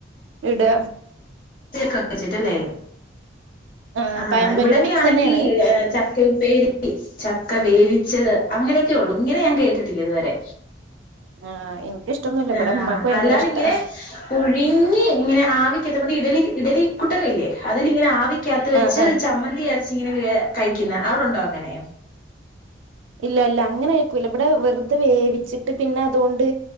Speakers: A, on the right (about 90°); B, on the left (about 50°).
A: ഇവ്ടെ
B: <unintelligible> ല്ലേ
A: ആ
B: ആഹ്
A: പഴംപൊരിയുടെ
B: ഇവിടെക്കെയാണെങ്കി
A: മിക്സ് തന്നെയാണ്
B: ഏഹ് ചക്കയുപ്പേരി ചക്ക വേവിച്ചത് അങ്ങനെയൊക്കെ ഉള്ളു ഇങ്ങനെ ഞാൻ കേട്ടിട്ടില്ല ഇതുവരെ
A: ആ എനിക്കിഷ്ടൊന്നുമില്ല ഇവിടെ
B: ആഹ്
A: ഉമ്മാക്ക് ഭയങ്കര
B: അല്ലാതിങ്ങനെ
A: ഇഷ്ടാ
B: കുഴിഞ്ഞ് ഇങ്ങനെ ആവിക്കത്തുകൊണ്ട് ഇഡലി ഇഡലി കുട്ടകയില്ലേ അതിലിങ്ങനെ ആവി കകത്ത് വെച്ച്
A: ആ ആ
B: ചമ്മന്തി അരച്ച് ഇങ്ങനെ വേ കഴിക്കുന്ന അവിടെണ്ടോ അങ്ങനെ
A: ഇല്ല ഇല്ല അങ്ങനെ വേവിക്കൂല്ല ഇവിടെ വെറുതെ വേവിച്ചിട്ട് പിന്നെ അതുകൊണ്ട്.